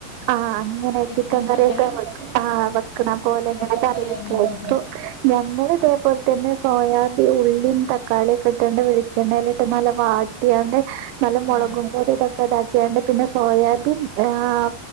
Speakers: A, on the right (about 85°); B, on the left (about 70°).
A: ആഹ് അങ്ങനെ
B: ചിക്കന്
A: ചിക്കൻകറിയൊക്കെ
B: പകരം
A: വെക്ക ആഹ് വെക്കണപോലെ
B: ചിക്കന് പകരം
A: ഇങ്ങനെ കറിവെക്കയിരിക്കു
B: സോയാബീൻ മാത്രം
A: ഞങ്ങള് ഇതേപോൽതന്നെ സോയാബി ഉള്ളിയും തക്കാളിയൊക്കെ ഇട്ടണ്ട് വെളിച്ചെണ്ണയില ഇട്ട് നല്ല വാ ട്ടിയാണ്ട് നല്ല മുളകുപൊടി
B: ആഹ്
A: ഇതൊക്കെ ഇതാക്കിയാണ്ട് പിന്നെ സോയാബീൻ ഏഹ്